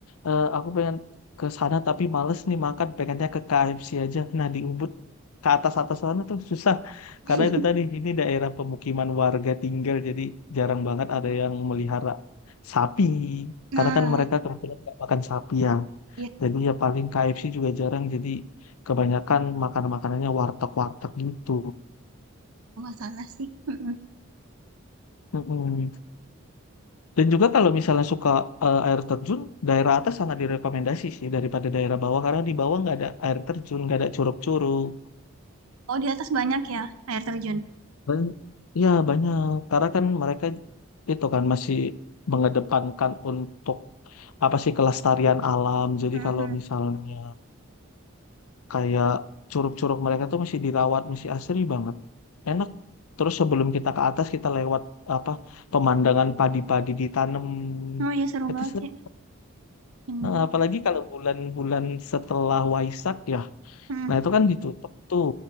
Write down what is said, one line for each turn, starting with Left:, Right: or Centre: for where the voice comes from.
Left: "Eh, aku pengen ke sana tapi males nih makan. Pengennya ke KFC aja. Nah di Ubud ke atas atas sana tuh susah.
Right: <laughs>
Left: Karena itu tadi ini daerah pemukiman warga tinggal. Jadi jarang banget ada yang melihara sapi.
Right: nah
Left: Karena kan mereka kebetulan nggak makan sapi ya.
Right: iya
Left: Jadi ya paling KFC juga jarang. Jadi kebanyakan makan-makanannya warteg-warteg gitu.
Right: nggak salah sih hmm.
Left: Mm-mm. Dan juga kalau misalnya suka eh, air terjun, daerah atas sangat direkomendasi sih daripada daerah bawah karena di bawah nggak ada air terjun, nggak ada curug-curug.
Right: oh di atas banyak ya air terjun
Left: Ban- ya banyak karena kan mereka itu kan masih mengedepankan untuk apa sih kelestarian alam. Jadi
Right: hmm.
Left: kalau misalnya kayak curug-curug mereka tuh masih dirawat, masih asri banget. Enak. Terus sebelum kita ke atas kita lewat apa pemandangan padi-padi ditanam.
Right: oh iya seru
Left: Itu
Right: banget
Left: seru.
Right: ya hmm.
Left: Nah, apalagi kalau bulan-bulan setelah Waisak ya.
Right: Hmm.
Left: Nah, itu kan ditutup tuh.